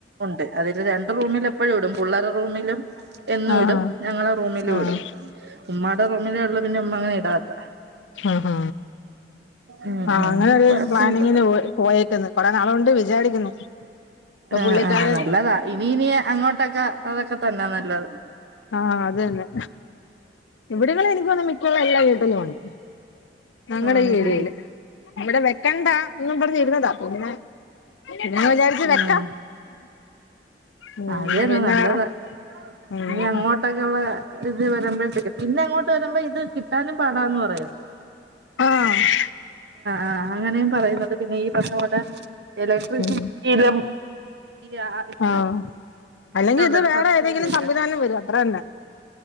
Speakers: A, on the right; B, on the left.
A: ഉണ്ട് അതില് രണ്ട് റൂമില് എപ്പഴും ഇടും പിള്ളേരെ റൂമിലും എന്നും
B: ആഹ്
A: ഇടും ഞങ്ങളെ റൂമിലും
B: ആഹ്
A: ഇടും ഉമ്മായുടെ റൂമില ഉള്ള പിന്നെ ഉമ്മ അങ്ങനെ ഇടാത്ത
B: ആഹ്
A: ഉം
B: ആഹ്
A: ഉം
B: അങ്ങനെ ഒരു
A: കൊഴപ്പമില്ല
B: പ്ലാനിങ്ങിന് പോ പോയേക്കുന്നു കൊറേ നാള് കൊണ്ട് വിചാരിക്കുന്നു ഇപ്പൊ
A: ആ
B: പുള്ളിക്കാരൻ
A: ആഹ് നല്ലതാ ഇനി ഇനിയ അങ്ങോട്ടൊക്കെ അതൊക്കെ തന്നെ നല്ലത്
B: ആഹ് അത് തന്നെ ഇവിടങ്ങളിൽ എനിക്കുതോന്നുന്നു മിക്കഉള്ള എല്ലാ വീട്ടിലും ഉണ്ട് ഞങ്ങളുടെ
A: ആണല്ലേ
B: ഈ ഏരിയയില് ഇവിടെ വെക്കണ്ടാ എന്നും പറഞ്ഞിരുന്നതാ പിന്നെ പിന്നെ വിചാരിച്ച്
A: ഉം
B: വെക്കാം ഉം
A: അതന്നെ
B: പിന്നെ
A: നല്ലതാ
B: വേറെ ഉം
A: ഇനി അങ്ങോട്ടൊക്കെ ഉള്ള ഇത് വരുമ്പോഴത്തേക്ക് പിന്നെ അങ്ങോട്ട് വരുമ്പോ ഇത് കിട്ടാനും പാടാന്ന് പറയും
B: ആഹ്
A: ആഹ് അങ്ങനെയും പറയുന്നുണ്ട് പിന്നെ ഈ പറഞ്ഞകട ഇലക്ട്രിസിറ്റിയിലും
B: ഉം
A: ഈ ഇപ്പൊ
B: ആഹ് അല്ലെങ്കിൽ
A: ഉണ്ടല്ലോ
B: ഇത് വേറെ
A: സബ്സിഡി
B: ഏതെങ്കിലും
A: ഒക്കെ
B: സംവിധാനം വരും അത്ര തന്നെ